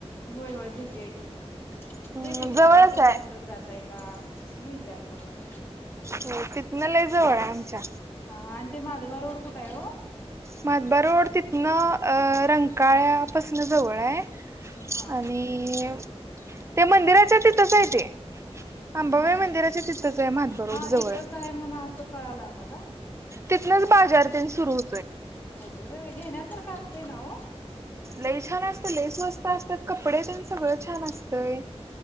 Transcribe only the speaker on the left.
होय होय भेटूया की
तेच विचारलं
कोल्हापूरात
जातय का? म्हणून विच चारल तुम्हाला
हा आणि ते माधबा रोड कुठ आहे ओ?
हा
हा हा
हा
तिथंच आहे म्हणा असं कळालं आम्हाला
होतय होय घेण्यासारखं असतय ना ओ.